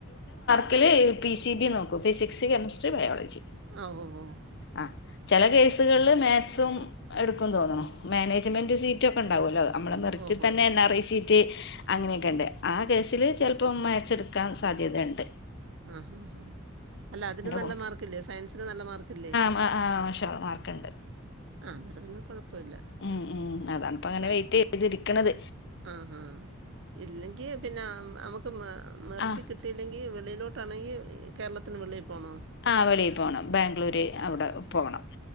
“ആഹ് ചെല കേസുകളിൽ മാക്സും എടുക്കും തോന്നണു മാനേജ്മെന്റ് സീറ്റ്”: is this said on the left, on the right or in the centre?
Left